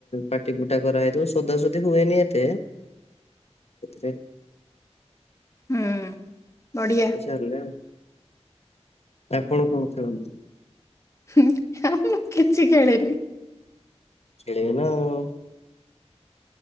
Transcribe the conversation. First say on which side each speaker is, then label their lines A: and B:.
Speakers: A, on the left; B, on the left.
A: ପାଟି ପୁଟା କରାଇଥିବ ସୋଦା ସୋଦୀ ହୁଏନି ଏତେ ରେ
B: ହୁଁ ବଢିଆ
A: ଚାଲେ ଆପଣ କଣ ଖେଳନ୍ତି?
B: ହଁ ଆଉ ମୁଁ କିଛି ଖେଳିନି।
A: ଖେଳିବେନା ଆଉ।